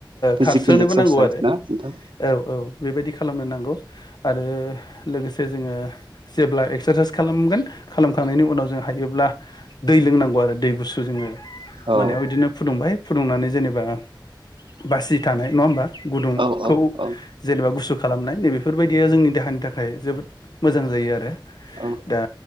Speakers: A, on the right; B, on the left.
A: फिजिकेल
B: खारस्रोनोबो
A: एक्सारसाइस
B: नांगौ आरो।
A: ना नोंथां
B: औ औ बेबायदि खालामनो नांगौ आरो लोगोसे ओमफ्राय जोङो जेब्ला एक्सार्साइस खालामगोन खालामखांनायनि उनाव जों हायोब्ला दै लोंनांगौ दै। गुसु जोङो
A: औ
B: मोनायाव बिदिनो फुदुंबाय फुदुंनानै जेनेबा बासि थानाय नङा होमबा गुदुंखौ
A: औ औ
B: जेनबा गुसु खालामनाय नैबेफोरबायदिया जोंनि देहानि थाखाय जोबोद मोजां जायो आरो
A: औ
B: दा